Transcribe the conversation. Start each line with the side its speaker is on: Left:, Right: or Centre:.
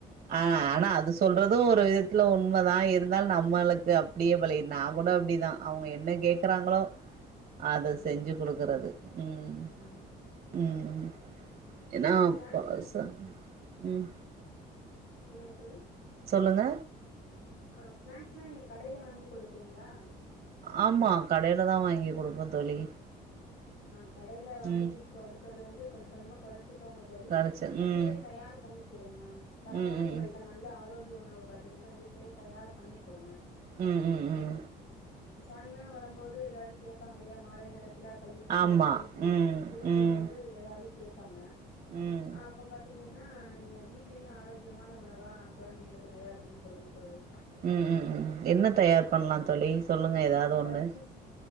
Right: ஆஹ் ஆனா அது சொல்றதும் ஒரு விதத்துல உண்மைதான் இருந்தால் நம்மளுக்கு க்கு அப்படியே பழ நான் கூட அப்படிதான் அவங்க என்ன கேக்குறாங்களோ அத
Left: ம்
Right: செஞ்சு குடுக்குறது உம்
Left: ஆமா
Right: உம் உம் ஏன்னா
Left: ஆ
Right: அப்பாச
Left: ஸ்நாக்ஸ் எல்லா
Right: உம்
Left: சொல்லண்ணா தோழி
Right: சொல்லுங்க
Left: ஆஹ் ஸ்நாக்ஸ் எல்லாம் நீங்க கடையில வாங்கி கொடுப்பீங்களா
Right: ஆமா கடையில தான் வாங்கி கொடுப்போம் தோழி
Left: ஆஹ் கடையில வாங்கி
Right: ம்
Left: அடுக்குறது வந்து கொஞ்ச கொஞ்சமா குறைச்சுிக்கவங்க தோழி
Right: கரச்சு
Left: வீடலயே
Right: ம்
Left: தயார் பண்ணி கொடுங்கா தரமான
Right: ம் ம்
Left: முறையில நல்ல ஆர ஆரோக்கிய உணவு பாத்தீங்கன்னா வீடலேயே தயார் பண்ணி கொடுங்க
Right: உம் உம் உம்
Left: சாயங்காலம் வரும்போது ஏதாவது கேட்பாங்க இல்லையா மாலை நேரத்துல பள்ளிக்குப் போயட்டு
Right: ஆமா ம்
Left: திரும்பும்போது
Right: ம்
Left: ஏதாவது கேப்ப பங்க
Right: ம்
Left: ஆஹ் அப்ப பாத்தீங்கன்னா ஏனா நீங்க வீட்லயும் ஆரோக்கியமான உணவா குழந்தைங்களுக்கு தயார் பண்ணி கொடுங்க தொழில்
Right: உம் உம் உம் என்ன தயார் பண்ணலாம் தோழி சொல்லுங்க ஏதாவது
Left: ஆ
Right: ஒண்ணு
Left: பஜ்ஜிஸ்